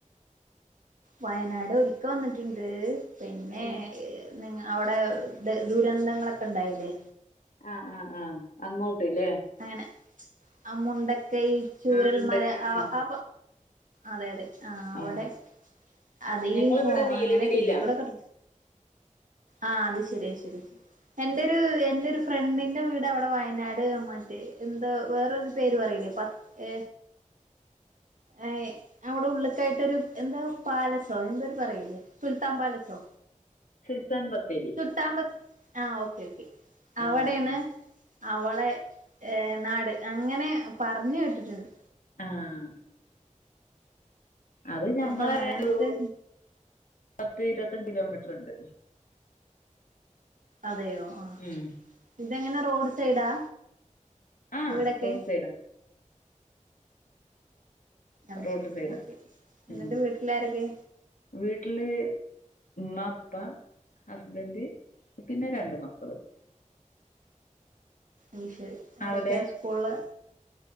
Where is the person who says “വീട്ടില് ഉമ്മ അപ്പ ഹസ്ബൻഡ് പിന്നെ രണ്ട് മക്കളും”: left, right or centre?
Left